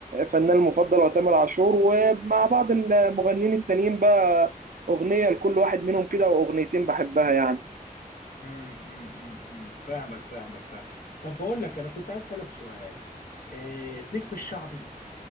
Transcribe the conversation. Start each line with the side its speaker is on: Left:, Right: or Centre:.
Right: فنان المفضل هو تامر عاشور ومع بعض المغنيين التانيين بقى اغنيه لكل واحد منهم كده واغنيتين بحبها يعني
Left: امم امم امم فاهمك فاهمك فاهم طب بقول لك انا كنت عايز اسالك سؤال آه ليك في الشعبي